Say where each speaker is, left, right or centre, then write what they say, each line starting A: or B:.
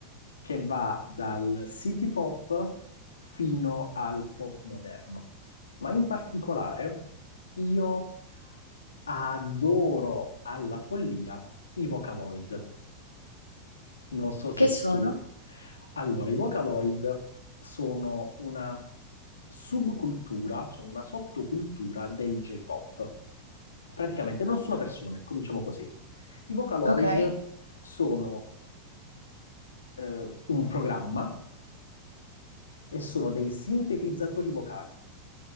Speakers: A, on the left; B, on the left.
A: che va dal city pop fino al pop moderno. Ma in particolare io adoro alla follia i Vocaloid. Non so se
B: Che sono?
A: tu... Allora, i Vocaloid sono una subcultura, sono una sottocultura del J-pop. Praticamente non sono persone, cominciamo così. I Vocaloid
B: Okay,
A: sono eh, un programma e sono dei sintetizzatori vocali,